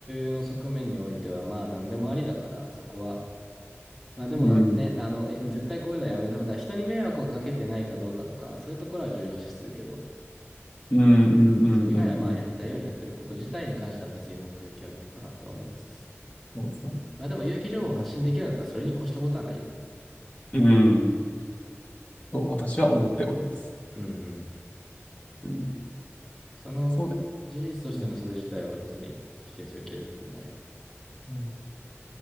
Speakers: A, in the centre; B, on the left.
A: ブの側面においては、まあ何でもありだから、そこは。まあでもね、
B: うん。
A: あの、え絶対こういうのはやめた方が、人に迷惑をかけてないかどうかとか、そういうところは重要視するけど、
B: うん。うん。うん。
A: それ以外はまあやりたいようにやってること自体に関しては別に文句言う気はないかなとは思いつつ。
B: うん。うんそうですね。
A: まあでも有益情報を発信できるんだったらそれに越したことはないよね。
B: うん。と、私は思っております。
A: うんうん。
B: うん。
A: その事実としてのそれ自体は別に否定する気は全然ないわ。
B: そうだよ。うん。うん、